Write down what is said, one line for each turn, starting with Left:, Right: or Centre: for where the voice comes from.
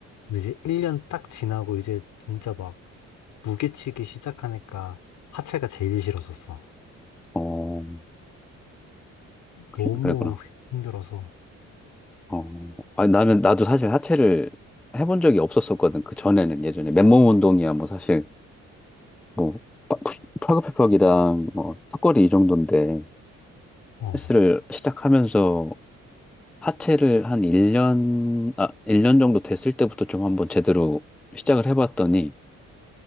Left: 근데 이제 1년 딱 지나고 이제 진짜 막 무게치기 시작하니까 하체가 제일 싫어졌어.
Centre: 어, 그-
Left: 너무
Centre: 그랬구나.
Left: 힘들어서.
Centre: 어, 아, 나는 나도 사실 하체를 해본 적이 없었었거든. 그 전에는 예전에 맨몸 운동이야 뭐 사실 뭐 파- 푸 팔굽혀펴기랑 뭐 턱걸이 이 정도인데.
Left: 어,
Centre: 헬스를 시작하면서 하체를 한 1년, 아, 일 년 정도 됐을 때부터 좀 한번 제대로 시작을 해봤더니,